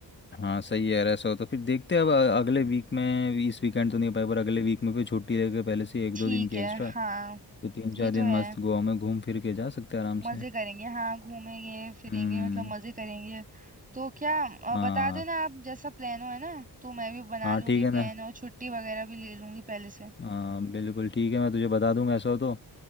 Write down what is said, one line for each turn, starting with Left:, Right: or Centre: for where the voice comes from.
Left: हाँ सही है यार ऐसा हो तो फिर देखते हैं अब अ- अगले वीक में इस वीकेंड तो नहीं हो पाए पर अगले वीक में फिर छुट्टी लेके पहले से एक
Right: ठीक
Left: दो दिन की
Right: है
Left: एक्स्ट्रा
Right: हाँ
Left: तो तीन चार
Right: ये
Left: दिन
Right: तो है
Left: मस्त गोवा में घूम फिर के जा सकते हैं आराम से
Right: मजे करेंगे हाँ घूमेंगे फिरेंगे
Left: हम्म
Right: मतलब मजे करेंगे तो क्या अ,
Left: हाँ
Right: बता देना आप जैसा प्लान हो है ना तो मैं भी बना
Left: हाँ
Right: लूंगी
Left: ठीक
Right: प्लान
Left: है ना
Right: और छुट्टी वगैरह भी ले लूंगी पहले से
Left: हाँ बिल्कुल ठीक है मैं तुझे बता दूंगा ऐसा हो तो